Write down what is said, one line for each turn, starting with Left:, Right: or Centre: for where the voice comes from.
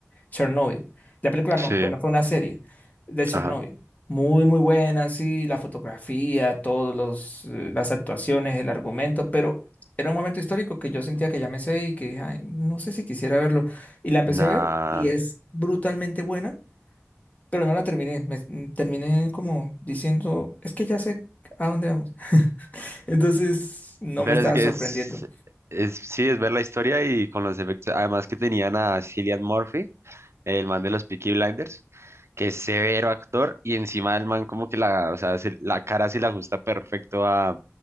Left: Chernobyl. La película
Right: sí,
Left: no, bueno, fue una serie de Chernobyl.
Right: ajá,
Left: Muy, muy buena, sí, la fotografía, todos los, eh, las actuaciones, el argumento, pero era un momento histórico que yo sentía que ya me sé y que dije, "Ay, no sé si quisiera verlo. Y la empecé
Right: nada.
Left: a ver y es brutalmente buena, pero no la terminé. Me, mm, terminé como diciendo, es que ya sé a dónde vamos. <laughs> Entonces, no
Right: Pero
Left: me estaba
Right: es que
Left: sorprendiendo.
Right: es, es, sí, es ver la historia y con los efectos. Además que tenían a Cillian Murphy, el man de los Peaky Blinders, que es severo actor y encima el man como que la, o sea, se- la cara se la ajusta perfecto a,